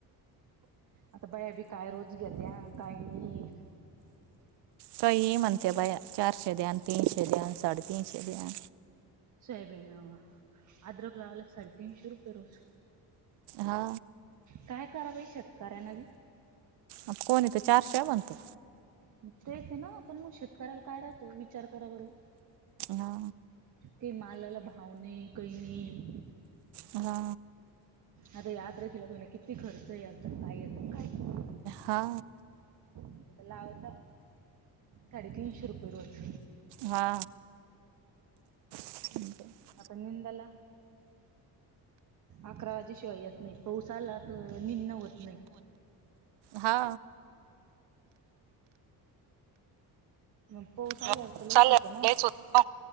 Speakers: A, on the right (about 50°); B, on the right (about 85°).
A: आता बया बी काय रोज घेत्या, काय नाही.
B: काहीही म्हणते बया. चारशे द्या आणि तीनशे द्या आणि साडेतीनशे द्या.
A: सोयाबीन. अद्रक लावाला साडे तीनशे रुपये रोज.
B: हा.
A: काय कराव बाई शेतकऱ्यांन बी?
B: आता कोनय तर चारशे म्हणतं.
A: मग तेच आहे ना, पण मग शेतकऱ्याला काय राहतो विचार करा बरं.
B: हा.
A: की मालाला भाव नाही, काही नाही.
B: हा.
A: आता <unintelligible> केला किती खर्च आहे <unintelligible> काय येतं काय. नाही
B: हा.
A: आता लावायचा साडेतीनशे रुपये रोज.
B: हा. <inaudible>
A: आता निंदला अकरा वाजेशिवाय येत नाही. पाऊस आला तर निंन होत नाही.
B: हा
A: मग पाऊस आल्यावर
B: चालेल
A: तर लईच होतं ना,
B: लयच होत